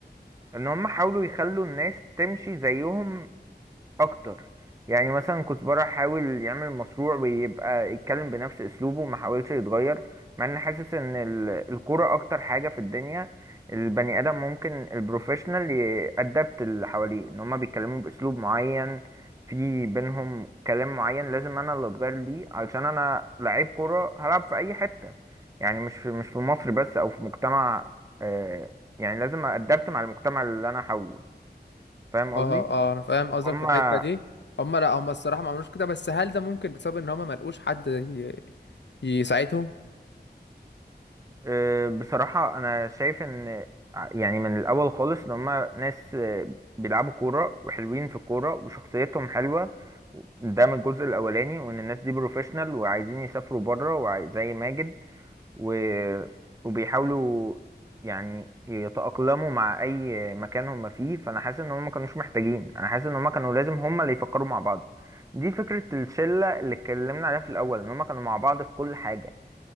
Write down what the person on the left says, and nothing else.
اه
اه انا فاهم قصدك
في الحته دي هم لا هم الصراحه ما عملوش كده بس هل ده ممكن بسبب ان هم ما لقوش حد ي... يساعدهم